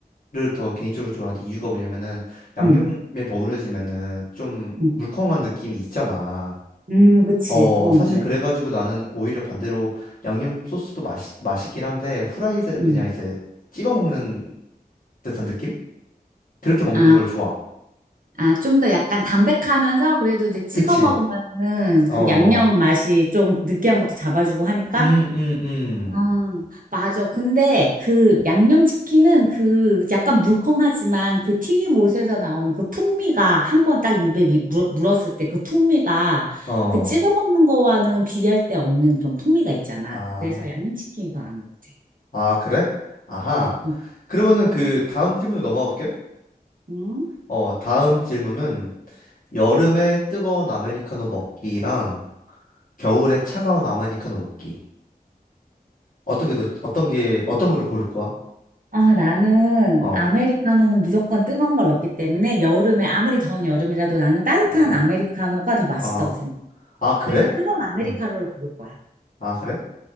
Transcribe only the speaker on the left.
더 개인적으로 좋아하는데 이유가 뭐냐면은 양념에
버무려지면은 좀
물컹한 느낌이 있잖아.
어,
사실
그래가지고 나는 오히려 반대로 양념 소스도 맛있, 맛있긴 한데 후라이드를
그냥 이제 찍어 먹는 듯한 느낌? 그렇게 먹는
거를 좋아.
그치?
어,
음, 음, 음.
어,
아.
아, 그래? 아하.
그러면은 그 다음 질문으로 넘어가 볼게.
어, 다음 질문은 여름에 뜨거운 아메리카노 먹기랑 겨울에 차가운 아메리카노 먹기. 어떤 게 더, 어떤 게, 어떤 거를 고를 거야?
어,
어,
어.
아, 그래?
응.
아, 그래?